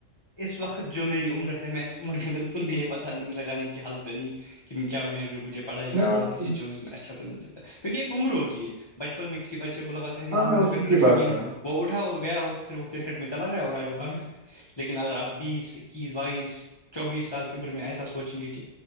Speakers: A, on the left (about 25°); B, on the right (about 50°).
A: اس وقت جو میری عمر ہے میں اس عمر میں بالکل بھی یہ پت نہیں لگانے کی حالت بنی کہ کیا میں جو مجھے پڑھائی
B: میں
A: کے علاوہ کسی چوز میں اچھا کچھ مل ستا کیکہ ایک عمر ہوتی ہے بچپن میں کسی بچے کو لگا یار
B: ہاں
A: میں تو
B: اسی
A: کرکٹ
B: کی بات کر رہا ہوں
A: وہ اٹھا اور گیا اور پھر وہ کرکٹ میں چلا گیا اور لیکن اگر آپ بیس اکیس بائیس چوبیس سال کی عمر میں ایسا سوچیں گے کہ